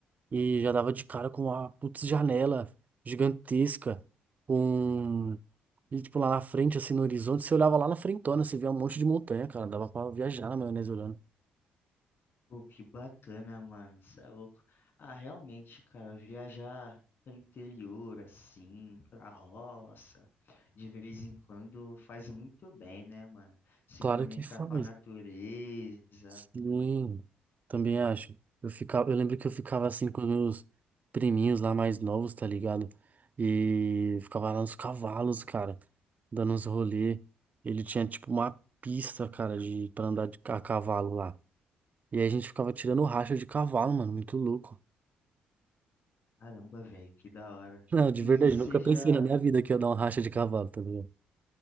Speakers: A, on the right; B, on the left.
A: e já dava de cara com uma putz janela gigantesca, com. E, tipo, lá na frente, assim, no horizonte, você olhava lá na frentona, você via um monte de montanha, cara. Dava pra viajar na maionese olhando.
B: Pô, que bacana, mano. Cê é louco. Ah, realmente, cara, viajar pro interior, assim, pra roça, de vez em quando faz muito bem, né, mano? Se
A: Claro
B: conectar
A: que faz.
B: com a natureza.
A: Sim, também acho. Eu ficava, eu lembro que eu ficava assim com meus priminhos lá mais novos, tá ligado? E ficava lá nos cavalos, cara, dando uns rolê. Ele tinha tipo uma pista, cara, de para andar de ca- a cavalo lá. E aí a gente ficava tirando racha de cavalo, mano, muito louco.
B: Caramba, velho, que da hora.
A: <laughs> Não, de
B: E
A: verdade,
B: seja.
A: nunca pensei na minha vida que ia dar uma racha de cavalo, tá ligado?